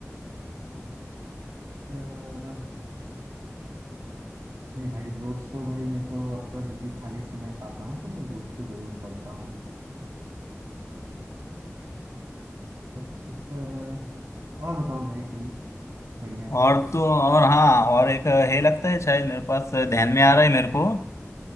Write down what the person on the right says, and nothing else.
अह, नहीं भाई जोक्स तो भाई मैं तो अक्सर जब भी खाली समय पाता हूँ तो मैं जोक तो जरूर पढ़ता हूँ अह, और बताओ भाई कोई बढ़िया सा